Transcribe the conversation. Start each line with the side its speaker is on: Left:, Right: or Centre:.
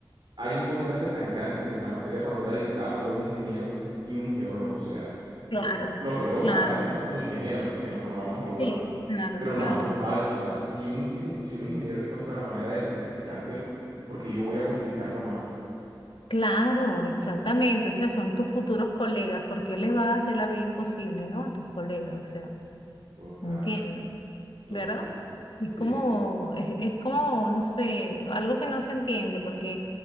Right: hay un contraste tan grande entre la materia cuando era dictada por un ingeniero y un geólogo. O sea,
Left: Claro,
Right: yo- los geólogos
Left: claro,
Right: sabemos como ingenieros, porque nos formamos igual,
Left: sí, claro,
Right: pero no
Left: claro.
Right: hace falta. O sea, si un, si, si un ingeniero encuentra la manera de simplificártelo, porque yo voy a complicarlo más.
Left: Claro, exactamente. O sea, son tus futuros colegas. ¿Por qué les vas a hacer la vida imposible, ¿no? A tus colegas, o sea,
Right: Total,
Left: entiendo.
Right: total.
Left: ¿verdad? Es
Right: Sí,
Left: como,
Right: sí.
Left: es, es como, no sé, algo que no se entiende, porque